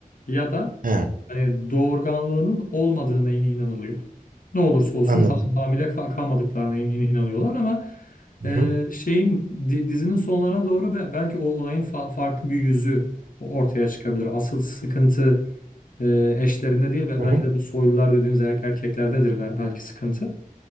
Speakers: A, on the left (about 70°); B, on the right (about 70°).
A: Ya da
B: He,
A: hani doğurganlığının olmadığına in- inanılıyor. Ne olursa olsun
B: anladım.
A: ha- hamile kal- kalmadıklarına in- in- inanıyorlar ama
B: Hı
A: e,
B: hı.
A: şeyin di- dizinin sonlarına doğru be- belki o olayın fa- farklı bir yüzü ortaya çıkabilir. Asıl sıkıntı e, eşlerinde değil ve
B: Hı
A: belki
B: hı.
A: de bu soylular dediğimiz er- erkeklerdedir be- belki sıkıntı.